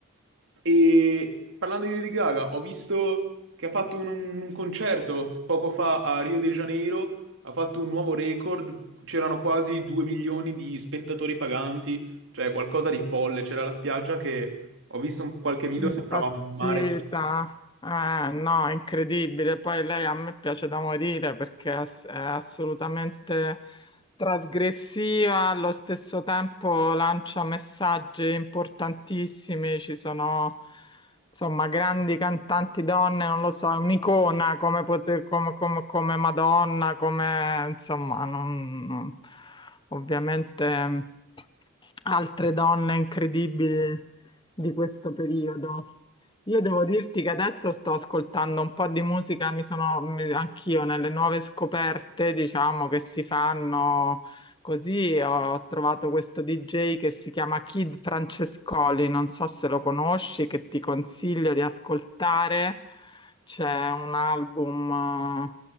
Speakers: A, on the right; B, on the left.
A: e parlando di Lady Gaga ho visto che ha fatto un, un concerto poco fa a Rio de Janeiro, ha fatto un nuovo record, c'erano quasi 2 milioni di spettatori paganti, cioè qualcosa di folle, c'era la spiaggia che ho visto un- qualche video,
B: Impazzita,
A: sembrava un mare
B: eh, no, incredibile. Poi lei a me piace da morire perché è ass- è assolutamente trasgressiva, allo stesso tempo lancia messaggi importantissimi. Ci sono, insomma, grandi cantanti donne, non lo so, è un'icona come, pote- come, come- come Madonna, come, insomma, non, non- ovviamente altre donne incredibili di questo periodo. Io devo dirti che adesso sto ascoltando un po' di musica, mi sono mi- anch'io nelle nuove scoperte, diciamo, che si fanno così. Ho trovato questo DJ che si chiama Kid Francescoli, non so se lo conosci, che ti consiglio di ascoltare. C'è un album,